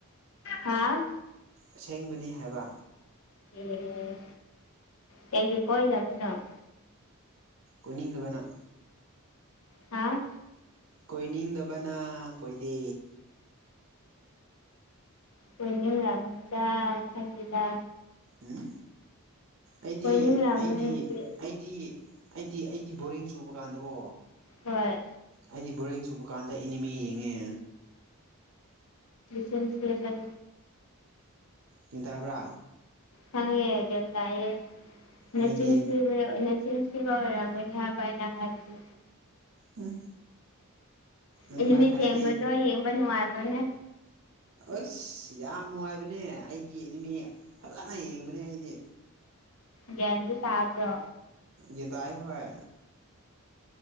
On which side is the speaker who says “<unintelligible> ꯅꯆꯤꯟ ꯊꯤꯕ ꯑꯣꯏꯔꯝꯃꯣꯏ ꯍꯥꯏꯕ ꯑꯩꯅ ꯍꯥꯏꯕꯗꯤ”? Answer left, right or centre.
Left